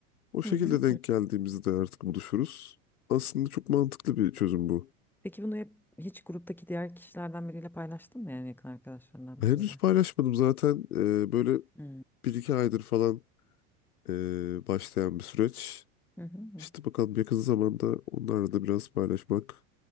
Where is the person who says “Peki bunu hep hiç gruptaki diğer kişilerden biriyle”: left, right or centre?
Centre